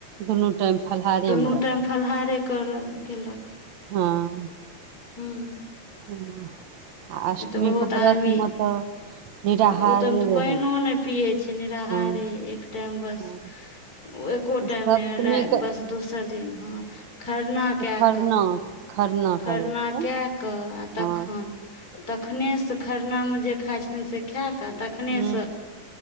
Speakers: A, on the right (about 65°); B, on the left (about 25°).
A: दुनू टाइम फलहारे
B: दुनू
A: मे रहल
B: टाइम फलहारे करल केलक
A: हँ
B: हुँ
A: हँ आ अष्टमी
B: बहुत
A: केँ
B: आदमी
A: व्रतमे तऽ निराहारे
B: ओ तऽमे तऽ
A: रहै
B: पैनो नै पियै छि निराहारी
A: हँ
B: एक टाइम बस
A: हँ
B: एको
A: सप्तमी
B: टाइम नै
A: के
B: बस दोसर दिन हँ खरना कए
A: खरनाक
B: कऽ
A: खरना
B: खरना
A: करै छै
B: कए कऽ आ
A: हँ
B: तखन तखने सँ खरना मे जे खाइ छथिन से खेऐ कऽ तखने
A: हूँ
B: से